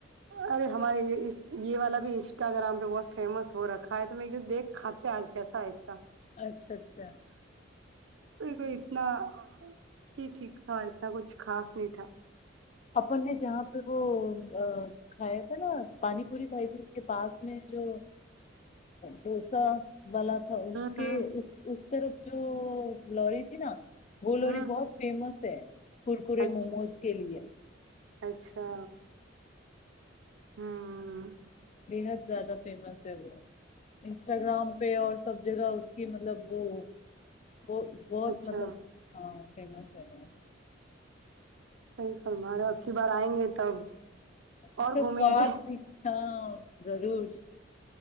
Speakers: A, on the right; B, on the left.
A: ارے ہمارے یہ یہ والا بھی انسٹاگررام پہ بہت فیمس ہو رکھا ہے تو میں دیکھ کھاتے ہیں آج کیسا ہے اس کا
B: اچھا اچھا
A: توئی کوئی اتنا ٹھیک ٹھیک تھا اتنا کچھ خاص نہیں تھا
B: اپن نے جہاں پہ وہ کھایا تھا نا پانی پوری کھائی تھی اس کے پاس میں جو ڈوسا والا تھا اس
A: ہ
B: کے
A: ہ
B: اس طرف جو لوری تھی نا بولووری
A: ہ
B: بہت فیمس ہے کورکرے
A: اچھا
B: موموز کے لیئے
A: اچھا ہاں
B: بےحد زیادہ فیمس ہے وہ انسٹاگرام پہ اور سب جگہ اس کی مطلب وہ بہت بہت
A: اچھا
B: مطلب ہاں فیمس ہے وہ
A: صحیح فرما رہے ہو اب کی بار آئیں گے تب
B: اس
A: اور
B: کا
A: گھومیں
B: سواد
A: گے
B: بھی ہاں ضرور